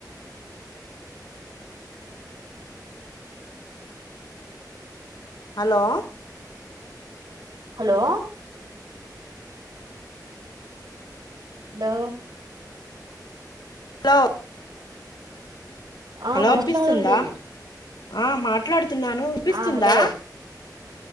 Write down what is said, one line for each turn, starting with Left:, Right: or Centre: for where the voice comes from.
Left: hello
Right: hello hello
Left: hello
Right: ఆ
Left: హలో
Right: మాట్లాడండి
Left: వినిపిస్తుందా ఆ మాట్లాడుతున్నాను విపిస్తుందా
Right: ఆ హలో